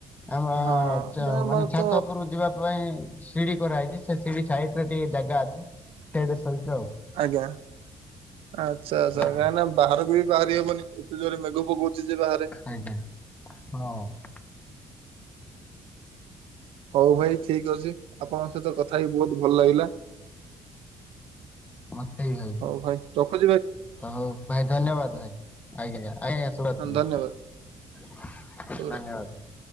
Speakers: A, on the left; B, on the right.
A: ଆମ
B: ହଁ
A: ଚ-ମାନେ
B: ନା ଆମର
A: ଛାତ
B: ତ
A: ଉପରକୁ ଯିବା ପାଇଁ ସିଡି କରାହେଇଚି, ସେ ସିଡି ସାଇଟ୍ ରେ ଟିକେ ଜାଗା ଅଛି, ସେଇଠି ଶୋଇଚୁ ଆଉ।
B: ଆଜ୍ଞା। ଆଚ୍ଛା, ଆଚ୍ଛା
A: ହୁଁ,
B: କାହିଁକି ନା ବାହାରକୁ ବି ବାହାରି ହବନି, ଏତେ ଜୋରେ ମେଘ ପକଉଚି ଯେ ବାହାରେ।
A: ଆଜ୍ଞା। ହଁ।
B: ହଉ ଭାଇ ଠିକ ଅଛି, ଆପଣଙ୍କ ସହିତ କଥା ହେଇ ବହୁତ ଭଲ ଲାଗିଲା।
A: ମୋତେ ବି ଭାଇ।
B: ହଉ ଭାଇ ରଖୁଚି।
A: ହଉ ଭାଇ ଧନ୍ୟବାଦ ଭାଇ ଆଜ୍ଞା ଆଜ୍ଞା ଶୁରାତି।
B: ଧନ୍ୟବାଦ
A: ଧନ୍ୟବାଦ।
B: ଶୁଭରାତ୍ରି